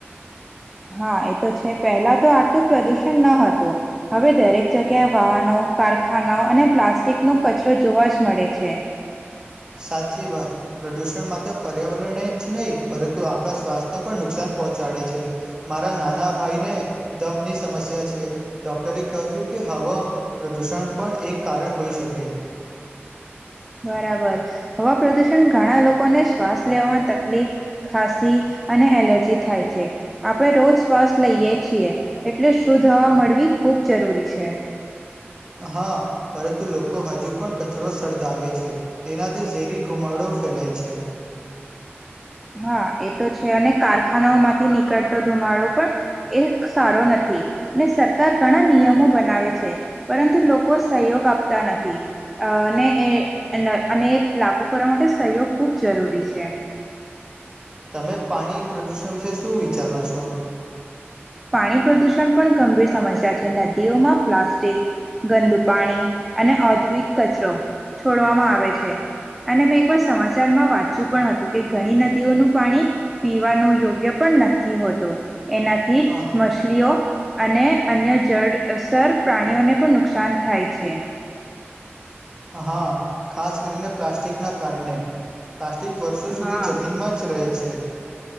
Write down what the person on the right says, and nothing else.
સાચી વાત. પ્રદુષણ માત્ર પર્યાવરણે જ નહી પરંતુ આપણા સ્વાસ્થ્યને પણ નુકસાન પહોંચાડે છે. મારા નાના ભાઈને દમની સમસ્યા છે. ડોક્ટરે કવ્યુ કે હવા પ્રદૂષણ પણ એક કારણ હોઈ શકે.
હા, પરંતુ લોકો હજુ પણ કચરો સળગાવે છે. તેનાથી ઝેરી ઘુમાડો ફેલાય છે.
મે પાણી પ્રદૂષણ વિશે શું વિચારો છો?
અ,
હા, ખાસ કરીને પ્લાસ્ટિકના કારણે. પ્લાસ્ટિક વર્ષો સુધી
જમીનમાં જ રહે છે.